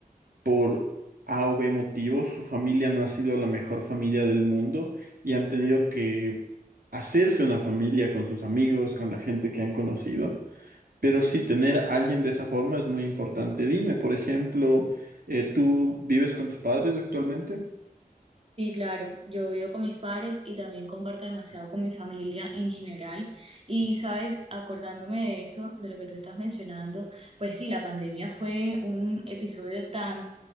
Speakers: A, on the right; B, on the right.
A: por A o B motivos, su familia no ha sido la mejor familia del mundo y han tenido que hacerse una familia con sus amigos, con la gente que han conocido. Pero sí, tener a alguien de esa forma es muy importante. Dime, por ejemplo, eh, ¿tú vives con tus padres actualmente?
B: Sí, claro, yo vivo con mis padres y también comparto demasiado con mi familia en general. Y sabes, acordándome de eso, de lo que tú estás mencionando, pues sí, la pandemia fue un episodio tan